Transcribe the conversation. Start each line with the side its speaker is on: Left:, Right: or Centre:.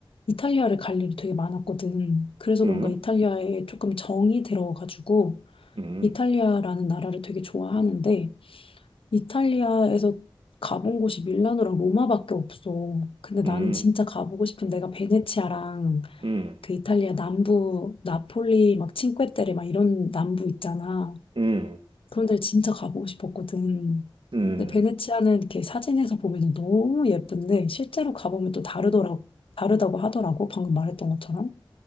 Left: 이탈리아를 갈 일이 되게 많았거든. 그래서
Right: 음,
Left: 그런가 이탈리아에 조금 정이 들어가지고,
Right: 음,
Left: 이탈리아라는 나라를 되게 좋아하는데, 이탈리아에서 가본 곳이 밀라노랑 로마밖에 없어. 근데 나는
Right: 음,
Left: 진짜 가보고 싶은 데가 베네치아랑
Right: 음,
Left: 그 이탈리아 남부 나폴리 막 칭que 테레 막 이런 남부 있잖아.
Right: 음,
Left: 그런 데를 진짜 가보고 싶었거든.
Right: 음.
Left: 근데 베네치아는 이렇게 사진에서 보면 너무 예쁜데 실제로 가보면 또 다르더라고, 다르다고 하더라고. 방금 말했던 것처럼.